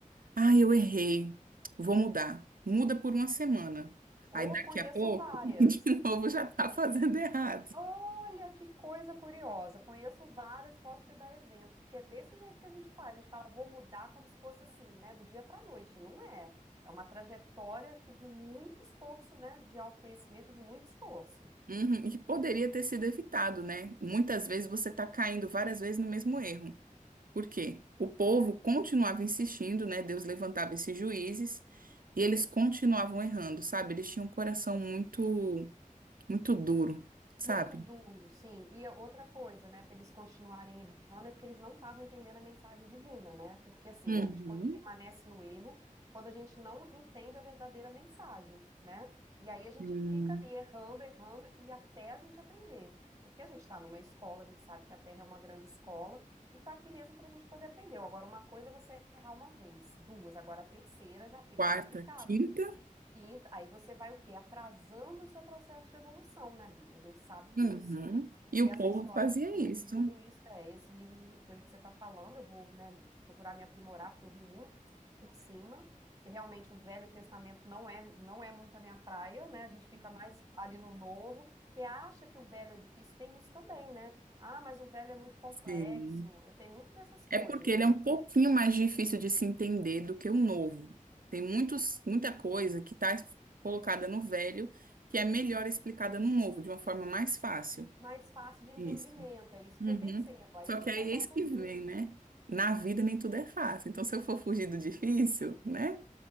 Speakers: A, on the right; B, on the right.
A: Ah, eu errei. Vou mudar. Muda por uma semana.
B: Ou
A: Aí daqui
B: conheço
A: a pouco,
B: várias.
A: <laughs> de novo, já tá fazendo errado.
B: Olha que coisa curiosa. Conheço várias, posso te dar exemplo, porque é desse jeito que a gente faz. A gente fala, vou mudar como se fosse assim, né, do dia para a noite. E Não é. É uma trajetória que de muito esforço, né, de autoconhecimento e de muito esforço.
A: Uhum, E poderia ter sido evitado, né? Muitas vezes você está caindo várias vezes no mesmo erro. Por quê? O povo continuava insistindo, né? Deus levantava esses juízes e eles continuavam errando, sabe? Eles tinham um coração muito, muito duro, sabe?
B: Muito duro, sim. E a outra coisa, né, para eles continuarem errando é porque eles não estavam entendendo a mensagem divina, né? Porque assim,
A: Uhum.
B: a gente co- permanece no erro quando a gente não entende a verdadeira mensagem, né? E aí a gente
A: Hum.
B: fica ali errando, errando e até a gente aprender. Porque a gente está numa escola, a gente sabe que a Terra é uma grande escola e tá aqui mesmo para a gente poder aprender. Agora, uma coisa é você errar uma vez, duas, agora a terceira já fica
A: Quarta,
B: complicado
A: quinta.
B: Quinta, aí você vai o quê? Atrasando o seu processo de evolução, né, Bia? A gente sabe disso.
A: Uhum. E
B: E
A: o
B: essa
A: povo
B: história,
A: fazia
B: o livro
A: isso.
B: de juízo, é, esse livro, de ju- pelo que você está falando, eu vou, né, procurar me aprimorar, porque eu vi muito por por cima, porque realmente o Velho Testamento não é, não é muito a minha praia, né? A gente fica mais ali no Novo, que acha que o Velho é difícil, tem isso também, né? Ah, mas o Velho é muito complexo,
A: Sim.
B: eu tenho muito dessas coisas,
A: É porque ele
B: né?
A: é um pouquinho mais difícil de se entender do que o novo. Tem muitos, muita coisa que está colocada no velho que é melhor explicada no novo, de uma forma mais fácil.
B: Mais fácil de entendimento,
A: Isso.
B: é isso
A: Uhum.
B: que eu percebo. Aí
A: Só
B: a gente
A: que aí
B: acaba
A: é isso que
B: indo.
A: vem, né? Na vida nem tudo é fácil. Então, se eu for fugir do difícil, né?